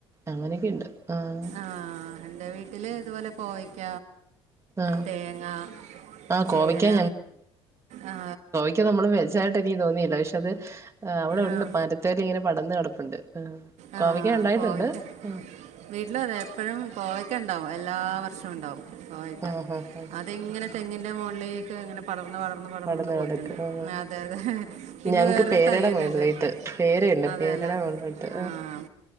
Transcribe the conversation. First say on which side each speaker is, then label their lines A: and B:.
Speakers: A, on the right; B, on the right.
A: അങ്ങനെയൊക്കെ ഉണ്ട് ആഹ്
B: ആഹ് എൻറെ വീട്ടില് ഇതുപോലെ കോവക്ക
A: ആഹ്
B: തേങ്ങ
A: ആഹ്
B: ചേന
A: കോവയ്ക്ക
B: ആ
A: ക്ക്‌ നമ്മള് വെജ് ആയിട്ട് എനിക്ക് തോന്നിയില്ല പക്ഷെ അത് അവിടെ ഉണ്ട്
B: ആ
A: പര് മരതെല് ഇങ്ങനെ പടന്ന് കിടപ്പുണ്ട്
B: ആഹ്
A: കോവയ്ക്ക ഉണ്ടായിട്ടുണ്ട്
B: കോവക്ക
A: ആഹ്
B: വീട്ടിലതെ എപ്പോഴും കോവക്ക ഉണ്ടാവും എല്ലാ വർഷവും ഉണ്ടാവും കോവക്ക
A: ആഹ് ആഹ്
B: ഇങ്ങനെ തെങ്ങിന്റെ മോളി ക്കെ ഇങ്ങനെ പടർന്ന് പടർന്ന് പടർന്ന്
A: പടന്ന്
B: പോയിട്ടുണ്ട്
A: കിടക്ക് ആഹ്
B: അതെതെ പിന്നെ
A: ഞങ്ങക്ക്
B: വേറൊരു
A: പേരയുടെ
B: തൈ തന്നെയുണ്ട്
A: മുകളിലായിട്ട് പേരയുണ്ട്
B: അതെല്ലേ
A: പേരയുടെ മുകളിലോട്ട്
B: ആഹ്